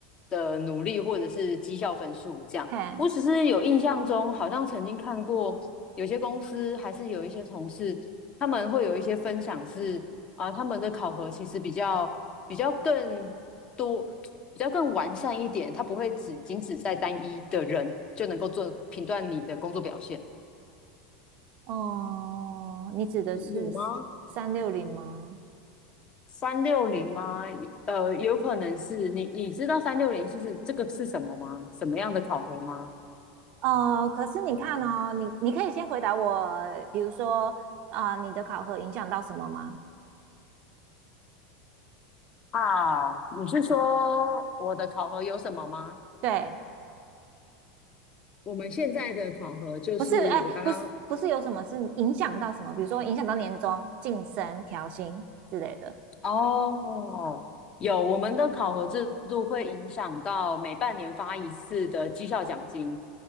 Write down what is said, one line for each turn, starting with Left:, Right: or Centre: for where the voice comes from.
Left: 的努力，或者是绩效分数这样。
Right: 嘿，
Left: 我只是有印象中，好像曾经看过有些公司还是有一些同事，他们会有一些分享是啊、他们的考核其实比较比较更多，比较更完善一点，它不会只仅只在单一的人就能够做评断你的工作表现。
Right: 哦、你指的是
Left: 有有吗？
Right: 三六零吗？
Left: 三六零吗？呃，有可能是你，你知道三六零就是这个是什么吗？什么样的考核吗？
Right: 哦、可是你看哦，你你可以先回答我，比如说啊、你的考核影响到什么吗？
Left: 啊，你是说我的考核有什么吗？
Right: 对，
Left: 我们现在的考核就是我刚刚
Right: 不是，哎，不是，不是有什么是影响到什么？比如说影响到年终、晋升、调薪之类的。
Left: 哦，有，我们的考核制度会影响到每半年发一次的绩效奖金，